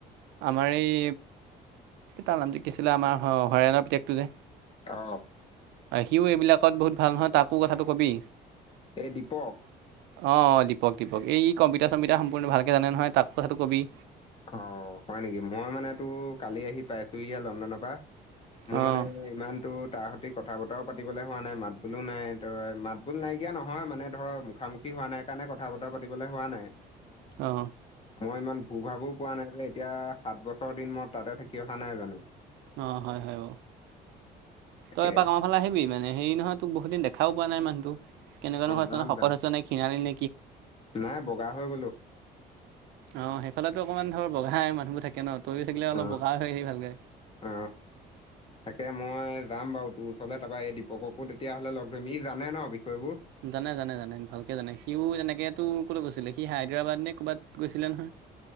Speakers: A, on the right; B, on the left.
A: আমাৰ এই তাৰ নামটো কি আছিলে আমাৰ হৰাণৰ প্ৰিতকটো যে
B: অ
A: সিও এইবিলাকত বহুত ভাল নহয় তাকো কথাটো কবি
B: এ দীপক
A: অ দীপক দীপক এই কম্পিউটাৰ চম্পিউটাৰ সম্পূৰ্ণ ভালকে জানে নহয় তাক কথাটো কবি
B: অ হয় নেকি মই মানে তোৰ কালি আহি পাইছো ইয়া লণ্ডনৰ পৰা মোৰ
A: অঁ
B: মানে ইমানতটো তাৰ সতি কথা বতৰাও পাতিবলৈ হোৱা নাই মাত বোলো নাই তই মাত বোল নাইকিয়া নহয় মানে ধৰ মুখামুখি হোৱা নাই কাৰণ কথা ব পাতিবলে হোৱা নাই
A: অঁ
B: মই ইমান ভূ ভাবু এতিয়া সাত বছৰ দিন মই তাতে থাকি অহা নাই জানো
A: অ হয় হয় ব
B: তাকে
A: তই এপাৰ কামাৰ ফালে আহিবি মানে হেৰি নহয় তোক বহুত দিন দেখাও পোৱা নাই মানুহটো কেনেকুৱা নহোৱা
B: যাম
A: ন শকত
B: যাম
A: হৈছে নাই খিাাৰ ন
B: নাই বগা হৈ গলো
A: অ সেইফালেতো অকণমান ধৰ বগাই মানুহবোৰ থাকে ন তৰি থাকিলে অলপ
B: অ
A: বগা হয় আহি ভালকে
B: অ তাকে মই যাম বাৰু তোৰ ওচৰলে তাৰপৰা এই দীপককো তেতিয়া হ'লে লগ ধৰিম ই জানে ন বিষয়বোৰ
A: জানে জানে জানে ভালকে জানে সিও তেনেকে তোৰ কলে গৈছিলে সি সি হায়দৰাবাদ নে ক'ৰবাত গৈছিলে নহয়